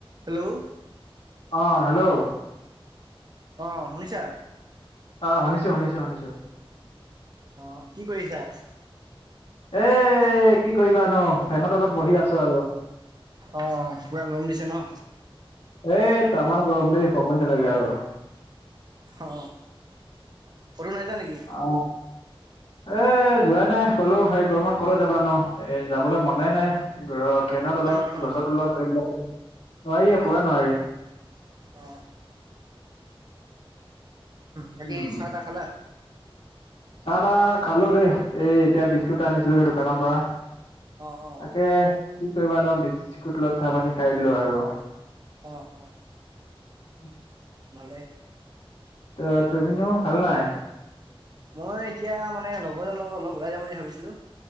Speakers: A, on the right (about 45°); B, on the left (about 75°).
A: Hello
B: অ hello
A: অ শুনিছা?
B: আহ শুনিছো শুনিছো শুনিছো
A: অ কি কৰিছা?
B: এ কি কৰিবানো ফেনত অলপ বহি আছো আৰু
A: অঁ পুৰা গৰম দিছে ন
B: এই টামাম গৰম দেই কব‌ই নালাগে আৰু
A: অ কতো নাই যোৱা নেকি?
B: অ এ যোৱাই নাই কলো হে গৰমত ক'লে যাবানো এ যাবলৈ মানুহ নাই। ফেনৰ তলত
A: নাই নোৱাৰা ন
B: গছৰ তলত এইবিলাকত নোৱাৰি পুৰা
A: অ
B: নোৱাৰি
A: অ বাকী
B: উম
A: চাহ তাহ খালা
B: চাহ তাহ খালো দেই এই এতিয়া বিস্কুট এটা আনিছিলোগে দোকানৰ পৰা
A: অ অ
B: তাকে কি কৰিবা নো বিস্কুটৰ লগত চাহ পানী খাই দিলো আৰু
A: অ অ
B: অ <inaudible>
A: ভালে
B: ত তুমিনো খালা নাই?
A: মই এতিয়া মানে লগৰজন লগৰ অলপ ওলাই যাম বুলি ভাবিছিলো।